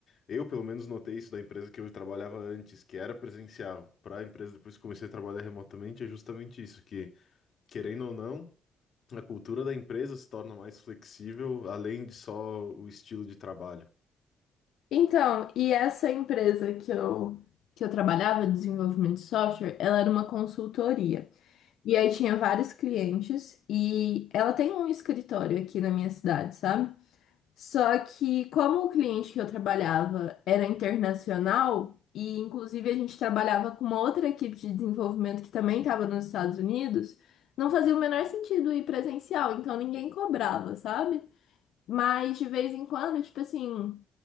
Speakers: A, on the left (about 55°); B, on the left (about 75°).
A: Eu, pelo menos, notei isso da empresa que eu trabalhava antes, que era presencial, para a empresa depois que comecei a trabalhar remotamente, é justamente isso, que, querendo ou não, a cultura da empresa se torna mais flexível, além de só o estilo de trabalho.
B: Então, e essa empresa que eu, que eu trabalhava, desenvolvimento de software, ela era uma consultoria. E aí tinha vários clientes e ela tem um escritório aqui na minha cidade, sabe? Só que como o cliente que eu trabalhava era internacional, e inclusive a gente trabalhava com uma outra equipe de desenvolvimento que também estava nos Estados Unidos, não fazia o menor sentido ir presencial, então ninguém cobrava, sabe? Mas de vez em quando, tipo assim,